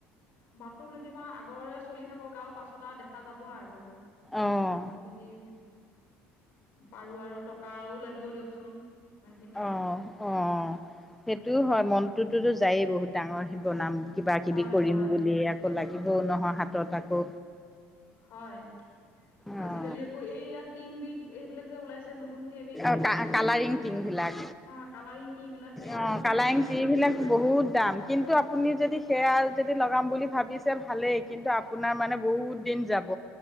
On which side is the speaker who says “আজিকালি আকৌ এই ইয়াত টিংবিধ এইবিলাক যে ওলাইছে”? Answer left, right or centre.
Left